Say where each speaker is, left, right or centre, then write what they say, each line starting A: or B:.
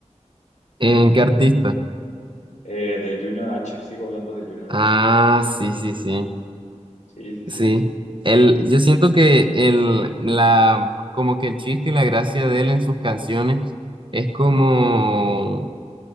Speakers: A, on the right; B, on the left.
A: ¿En qué artista?
B: Eh, de Junior H, sigo hablando de Junior
A: Ah,
B: H.
A: sí, sí, sí,
B: Ajá. Sí, sí, sí.
A: sí. El, yo siento que el, la, como que el chiste y la gracia de él en sus canciones es como
B: Ujú.